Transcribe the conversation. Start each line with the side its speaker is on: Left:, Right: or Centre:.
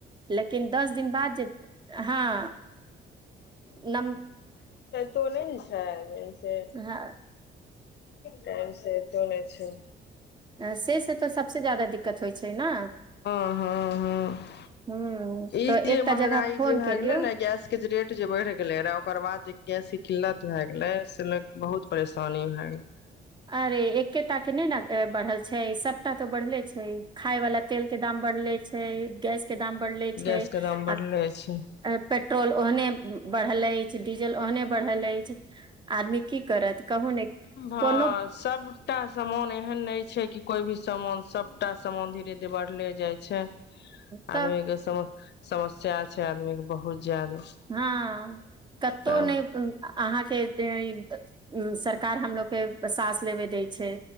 Right: लेकिन दस दिन बाद जे हँ नम
Left: तो नहि ने छै छै
Right: हँ
Left: टाइम से एतो नहि छै
Right: से से तऽ सबस जाददा दिक्कत दिक्कत होइ छै ने
Left: हँ हँ हँ
Right: हूँ
Left: ई
Right: तऽ
Left: जे
Right: एकटा
Left: महगाई
Right: जगह फोन
Left: जे भए
Right: केलियौ
Left: गेले ने गैस के जे रेट जे बढ़ि गेलै रह ओकर बाद जे गैसी किल्लत भए गेलै से लोक बहुत परेशानी भए गेलै
Right: अरे एकेटा के नहि ने बढ़ल छै सबटा तो बढ़ले छै खाय वाला तेल के दाम बढ़ले गेस्ट के दाम बढ़ले छै
Left: गैस के दाम बढ़ले
Right: आ
Left: छै
Right: पेट्रोल ओहने बढ़ले डीजल ओहने बढ़ल अछि आदमी की करत कहु ने
Left: ह
Right: कोनो
Left: सबटा सामान एहन नहि छै क कोई भी सामान सबटा सामान धीरे धीे बढ़ले जाइ छै
Right: तऽ
Left: आी सम समस्या छै आदमी के बहुत ज्यादा
Right: हँ कतहु
Left: तब
Right: नहि अहाँके उ सरकार हमलोग के सास लेबे दै छै